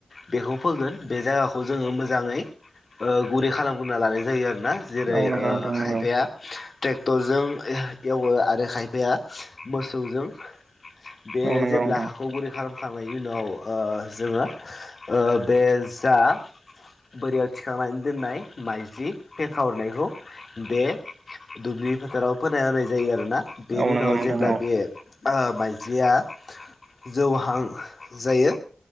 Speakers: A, on the left; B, on the right.
A: बेखौ फोगोन। बे जायगाखौ जोङो मोजाङै गुरै खालामग्रोना लानाय जायो आरो। ना जेरै
B: औ नंगौ नोंथां औ नंगौ नोंथां
A: खायफाया
B: नंगौ
A: ट्रेक्टरजों एवो आरो खायफाया मोसौजों बे
B: औ नंगौ
A: जेब्ला
B: नोंथां
A: हाखौ गुरै खालामखांनायनि उनाव जोङो बे जा बोरियाव थिखांनानै दोननाय माइज्लि फेंखा हरनायखौ बे दुब्लि फोथाराव फोना होनाय जायो आरोना। बेनि
B: औ
A: उनाव
B: नंगौ नोंथां
A: जेब्ला बे माइज्लिया जौहां जायो